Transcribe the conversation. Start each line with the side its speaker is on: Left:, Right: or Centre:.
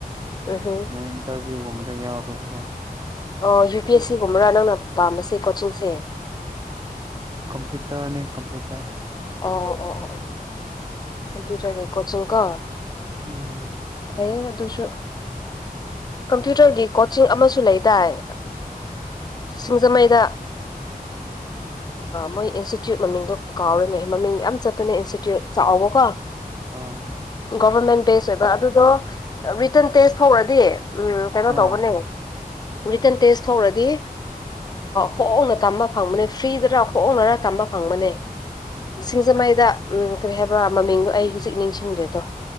Left: ꯎꯝ ꯍꯝ
Right: ꯅꯣꯏ ꯏꯟꯇꯔꯚꯤꯌꯨꯒꯨꯝꯕꯗ ꯌꯥꯎꯔꯨꯕ
Left: ꯑꯣ ꯌꯨ ꯄꯤ ꯑꯦꯁ ꯁꯤꯒꯨꯝꯕꯔꯥ ꯅꯪꯅ ꯄꯥꯝꯕꯁꯦ ꯀꯣꯆꯤꯡꯁꯦ
Right: ꯀꯝꯄꯌꯨꯇꯔ ꯑ ꯀꯝꯄꯌꯨꯇꯔ
Left: ꯑ ꯑꯣ ꯑꯣ ꯑ ꯀꯝꯄ꯭ꯌꯨꯇꯔꯒꯤ ꯀꯣꯆꯤꯡ ꯀꯣ
Right: ꯎꯝ ꯎꯝ
Left: ꯐꯩꯌꯦ ꯑꯗꯨꯁꯨ ꯀꯝꯄ꯭ꯌꯨꯇꯔꯒꯤ ꯀꯣꯆꯤꯡ ꯑꯃꯁꯨ ꯂꯩꯗꯥꯏ ꯁꯤꯡꯖꯃꯩꯗ ꯃꯣꯏ ꯏꯟꯁꯇꯤꯇ꯭ꯌꯨꯠ ꯃꯃꯤꯡꯗꯣ ꯀꯥꯎꯔꯅꯦ ꯃꯃꯤꯡ ꯌꯥꯝ ꯆꯠꯄꯅꯦ ꯏꯟꯁꯇꯤꯇ꯭ꯌꯨꯠ ꯆꯥꯎꯕꯀꯣ
Right: ꯑꯥ
Left: ꯒꯣꯚꯔꯃꯦꯟ ꯕꯦꯁ ꯑꯣꯏꯕ ꯑꯗꯨꯗꯣ ꯔꯤꯇꯟ ꯇꯦꯁ ꯇꯧꯔꯗꯤ ꯎꯝ ꯀꯩꯅꯣ
Right: ꯑꯥ
Left: ꯇꯧꯕꯅꯦ ꯔꯤꯇꯟ ꯇꯦꯁ ꯊꯣꯛꯧꯔꯗꯤ ꯍꯣꯡꯅ ꯇꯝꯕ ꯐꯪꯕꯅꯦ ꯐ꯭ꯔꯤꯗꯔ ꯍꯣꯡꯅꯔꯥ ꯇꯝꯕ ꯐꯪꯕꯅꯦ ꯁꯤꯡꯖꯃꯩꯗ ꯎꯝ ꯀꯔꯤ ꯍꯥꯏꯕ꯭ꯔꯥ ꯃꯃꯤꯡꯗꯣ ꯑꯩ ꯍꯧꯖꯤꯛ ꯅꯤꯡꯁꯤꯡꯗ꯭ꯦꯗꯣ